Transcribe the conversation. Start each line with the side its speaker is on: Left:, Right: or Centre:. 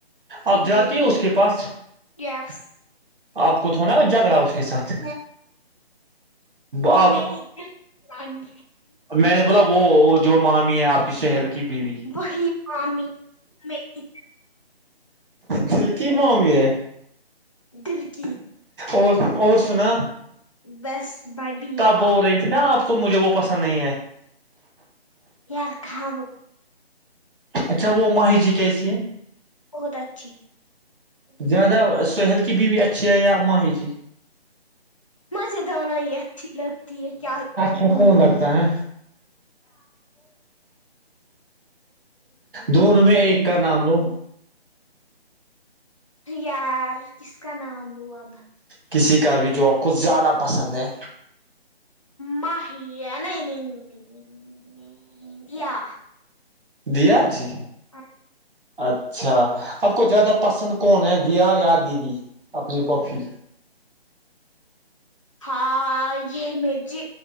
Left: تو
Right: آپ جاتی
Left: یہی
Right: ہو اس کے پاس
Left: یس
Right: آپ کو تھو نا جھگڑا اس کے ساتھ
Left: وہمیرانی
Right: آپ میں نے بولا وہ جو ماہام ہے آپ کی سحل کی ک کی بیوی
Left: وہی مامی میری
Right: دلک مام یہ
Left: دل کی
Right: اور اور سنا
Left: بس بڑھیا
Right: تب ہو رہی نا آپ کو مجھے وہ پسند نہیں ہے
Left: ار کھ ب
Right: اچھا وہ ماہی جی کیسی ہیں
Left: بہت اچھی
Right: زیادہ سہیل کی بیوی اچھی ہے یا ماہی جی
Left: مزے دووننا ہی اچھی لگتی ہے کیا
Right: اچا کون لگتا ہے دون میں ایک کا نام لوں
Left: یار کس کا نام لو اب
Right: کسی کا بھی جو آپ کو زیادہ پسند ہے
Left: میا نہیں نہیں نہیں نہیں یا
Right: دیا جی
Left: اچ
Right: اچھا آپ کو زیادہ پسند کون ہے دیا یا دیدی اپنی پوپھی
Left: ہاں یہ م جی